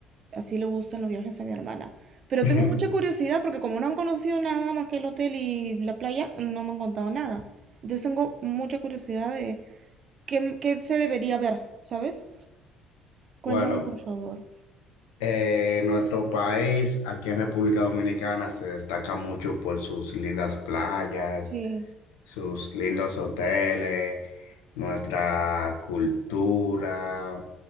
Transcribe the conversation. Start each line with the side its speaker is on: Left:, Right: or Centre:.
Right: así le gustan los viajes a mi hermana. Pero
Left: <laughs>
Right: tengo mucha curiosidad porque como no han conocido nada más que el hotel y la playa, no me han contado nada. Entonces tengo mucha curiosidad de qué, qué se debería ver, ¿sabes? Cuéntame,
Left: Bueno,
Right: por favor.
Left: eh, nuestro país, aquí en República Dominicana, se destaca mucho por sus lindas playas,
Right: Sí,
Left: sus lindos hoteles, nuestra cultura,